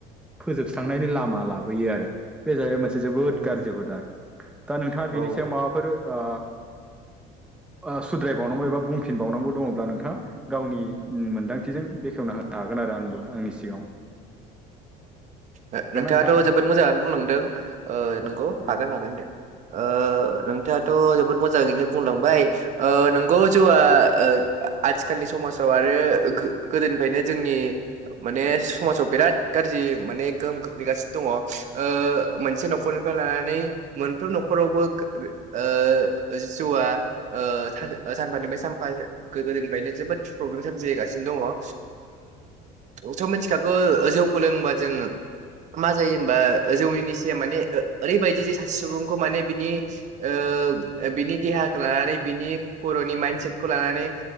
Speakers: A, in the centre; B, on the right.
A: फोजोबस्रांनायनि लामा ला बोयो आरो बे जाहैबाय मोनसे जोबोद
B: उम
A: गाज्रि हुदा । दा नोंथाङा
B: औ
A: बेनि सायाव माबाफोर ओ <inaudible> ओ सुद्रायबावनांगौ एबा बुंफिनबावनांगौ दङब्ला नोंथाङा गावनि मोन्दांथिजों बेखेवना होनो हागोन आरो आंबो आंनि सिगाङाव ।
B: <inaudible> ओ नोंथाङाथ'
A: ना
B: जोबोद मोजाङानो बुंलांदों ओ नोंखौ
A: नोंथां औ
B: हागोन हागोन दे ओ नोंथाङाथ' जोबोद मो जाङैनो बुंलांबाय ओ नोंगौ जौआ ओ आथिखालनि समाजाव आरो गोदोनिफ्रायनो जोंनि माने समाजाव बिराद गाज्रि माने गोहोम खोख्लैगासिनो दङ ओ मोनसे न'खरनिफ्राय लानानै मोनफ्रोम न'खरावबो ओ जौआ ओ सानफानिफ्राय सान फा गोदोनिफ्रायनो जोबोद प्रब्लेम सजगासिनो दङ । ओ थ' मिथिखागौ जौखौ लोंबा जोङो मा जायो हबा जौनिनिस माने ओरैबायदि जे सासे सुबुंखौ माने बिनि ओ बिनि देहाखौ लानानै बिनि खर'नि माइन्दसेटखौ लानानै